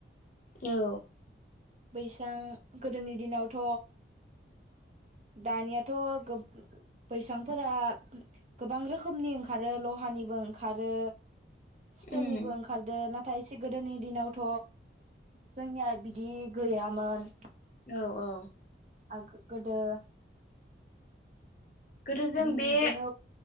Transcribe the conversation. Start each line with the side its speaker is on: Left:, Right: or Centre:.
Left: औ
Right: बैसां गोदोनि दिनावथ दानियाथ थ बैसांफोरा गोबां रोखोमनि ओंखारो लहानिबो ओंखारो स्टिलनिबो
Left: उम
Right: ओंखारदो ना थायसे गोदोनि दिनावथ जोंनिया बिदि गैयामोन।
Left: औ औ
Right: आग गोदो
Left: गोदो जों
Right: बिदिनो
Left: बे